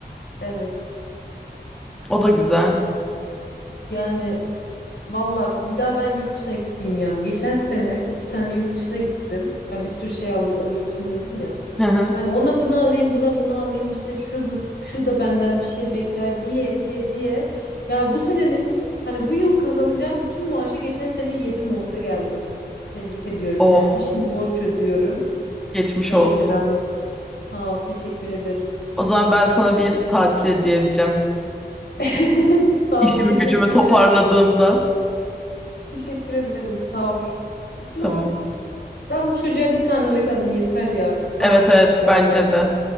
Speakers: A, on the left; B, in the centre.
A: Evet.
B: O da güzel.
A: Ama yani Valla bir daha ben yurt dışına gitmeyeyim ya. Geçen sene iki tane yurt dışına gittim. Ya bir sürü şey al- alıyorsun dedin ya.
B: Hı hı.
A: Hani ona bunu alayım, buna bunu alayım işte şu bu, şu da benden bir şey bekler diye diye diye. Ya bu senenin hani bu yıl kazanacağım bütün maaşı geçen sene yedim orada geldim. Tebrik ediyorum
B: O
A: kendimi. Şimdi borç ödüyorum
B: geçmiş
A: ve
B: olsun.
A: bir liram yok. Sağ ol, teşekkür ederim.
B: O zaman ben sana bir tatil hediye edeceğim.
A: <laughs> Sağ
B: İşimi
A: ol, teşekkürler.
B: gücümü toparladığımda.
A: Teşekkür ederim, sağ ol. Osman
B: Tamam.
A: Ben bu çocuğa bir tane oyun alayım yeter ya. Şu
B: Evet
A: an
B: evet
A: bunu karar
B: bence
A: verdim.
B: de.